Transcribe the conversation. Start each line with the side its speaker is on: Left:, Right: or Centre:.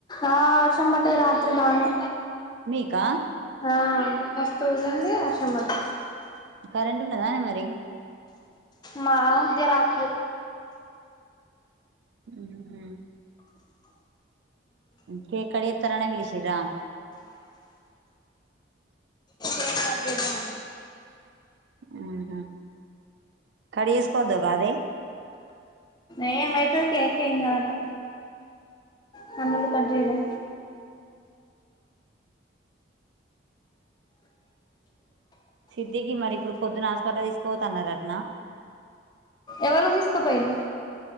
Left: ఆ వర్షం పట్టదు రాత్రి బానే
Right: మీకా
Left: ఆ మస్త ఉడి ఆ సమంట
Right: కరెంటు ఉన్నదా మరి
Left: మ దరాత్రి
Right: ఉ కేక్ కట్ చేస్తున్నారు అని పిలిచిండ్రా
Left: కేక్ కోత చెధమ్ అనే
Right: ఊహుం కడిగేసుకోద్దుకాదే
Left: ఏమవుతుంది కేక్‌ కి ఏం కాదు అట సన్నగా కట్ చేయలే
Right: సిద్ధికి మరి ఇప్పుడు పొద్దున్న ఆస్పటల్ తీసుకోపోతన్నారంటన
Left: ఎవలు తీసుకపోయిలు